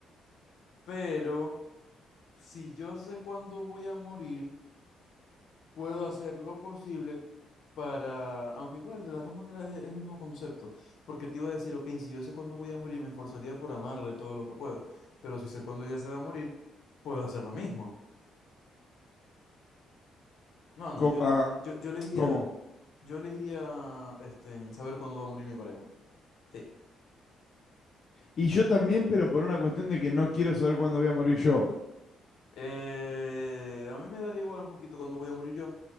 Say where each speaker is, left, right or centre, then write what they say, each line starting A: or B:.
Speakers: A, on the left; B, on the left.
A: pero... si yo sé cuándo voy a morir, puedo hacer lo posible para, aunque igual de las dos maneras es es el mismo concepto, porque te iba a decir, ok, si yo sé cuándo voy a morir, me esforzaría por amarla y todo lo que puedo, pero si sé cuándo ella se va a morir, puedo hacer lo mismo. No, no,
B: Co-
A: yo,
B: ah,
A: le- yo, yo les iría,
B: ¿Cómo?
A: yo les iría, este, en saber cuándo va a morir mi pareja. Sí.
B: Y yo también, pero por una cuestión de que no quiero saber cuándo voy a morir yo.
A: Eh, a mí me daría igual un poquito cuándo voy a morir yo,